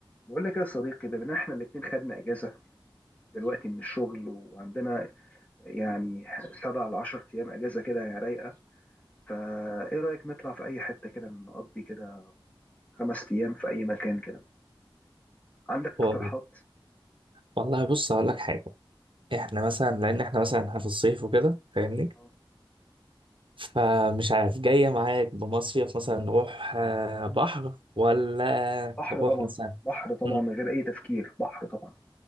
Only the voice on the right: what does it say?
والله والله بص هقول لك حاجة احنا مثلا لأن احنا مثلا احنا في الصيف وكده فاهمني
فمش عارف جاية معاك بمصيف مثلا نروح آه، بحر ولا
نروح
مثلا
مم.